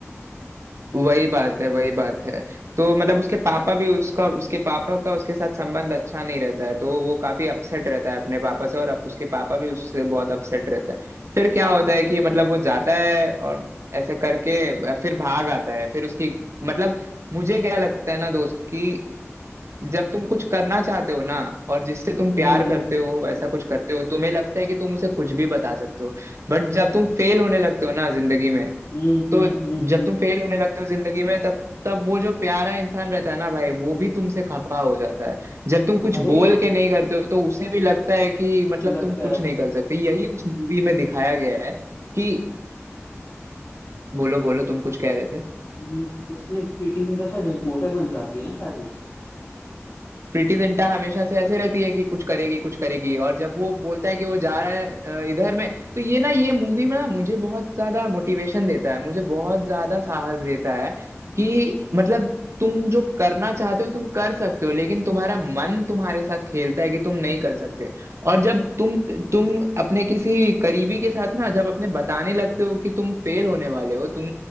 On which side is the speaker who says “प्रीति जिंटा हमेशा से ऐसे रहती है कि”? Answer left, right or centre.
Right